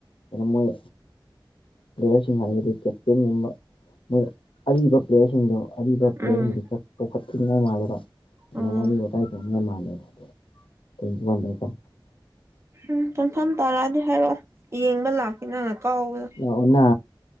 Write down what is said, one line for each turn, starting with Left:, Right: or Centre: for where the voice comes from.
Left: ꯀꯩꯅꯣ ꯃꯣꯏ ꯄ꯭ꯂꯦꯌꯔꯁꯤꯡ ꯍꯥꯏꯕꯗꯤ ꯀꯦꯞꯇꯦꯟꯒꯨꯝꯕ ꯃꯣꯏ ꯑꯔꯤꯕ ꯄ꯭ꯂꯦꯌꯔꯁꯤꯡꯗꯣ ꯑꯔꯤꯕ ꯄ꯭ꯂꯦꯌꯔꯁꯤꯡꯗꯨ
Right: ꯎꯝ
Left: ꯈ ꯆꯥꯎꯧꯈꯠꯄꯤꯉ ꯃꯥꯜꯂꯦꯕ꯫ ꯅꯪ
Right: ꯎꯝ
Left: ꯋꯥꯔꯤ ꯋꯥꯇꯥꯏ ꯇꯧꯅ ꯃꯥꯜꯂꯦꯗ <unintelligible> ꯇꯏꯒꯤꯃꯥꯟꯅꯦ꯫
Right: ꯎꯝ ꯆꯝꯐꯝꯥꯐꯝ ꯇꯔꯥꯗꯤ ꯍꯥꯏꯔꯛꯑꯣ ꯌꯦꯡꯕ ꯂꯥꯛ ꯅꯪꯅꯥ ꯀꯥꯎꯕꯗ
Left: ꯂꯥꯛꯑꯣꯅ